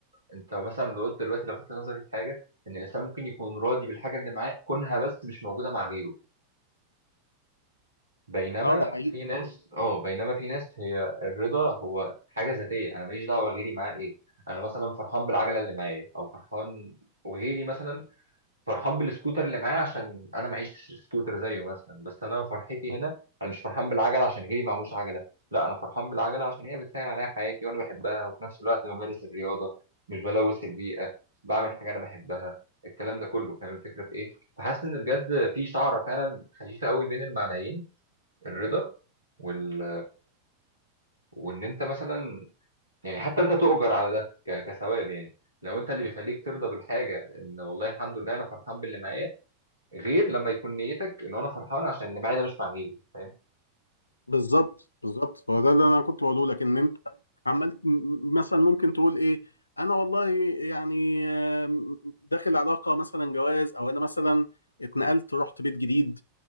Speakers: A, on the right (about 75°); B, on the left (about 80°).
A: انت مثلا لو قلت دلوقتي لفت نظري في حاجه ان الانسان ممكن يكون راضي بالحاجه اللي معاه كونها بس مش موجوده مع غيره بينما
B: اه ده حقيقي
A: في ناس اه بينما في ناس هي الرضا هو حاجه ذاتيه انا ماليش دعوه غيري معاه ايه انا مثلا فرحان بالعجله اللي معايا او فرحان وغيري مثلا فرحان بالسكوتر اللي معايا عشان انا معيش سكوتر زيه مثلا بس انا فرحتي هنا انا مش فرحان بالعجله عشان غيري معهوش عجله لا انا فرحان بالعجله عشان هي بتسهل عليا حياتي وانا بحبها وفي نفس الوقت بمارس الرياضه مش بلوث البيئه بعمل حاجه انا بحبها الكلام ده كله فاهم الفكره في ايه فحاسس ان بجد في شعره فعلا خفيفه قوي بين المعنيين الرضا وال... وان انت مثلا يعني حتى انت تؤجر على ده ك... كثواب يعني لو انت اللي بيخليك ترضى بالحاجه ان والله الحمد لله انا فرحان باللي معايا غير لما يكون نيتك ان انا فرحان عشان اللي معايا ده مش مع غيري فاهم
B: بالظبط بالظبط هو ده اللي انا كنت بقوله لك ان انت عمال م- م- مثلا ممكن تقول ايه انا والله يعني آم، داخل علاقه مثلا جواز او انا مثلا اتنقلت رحت بيت جديد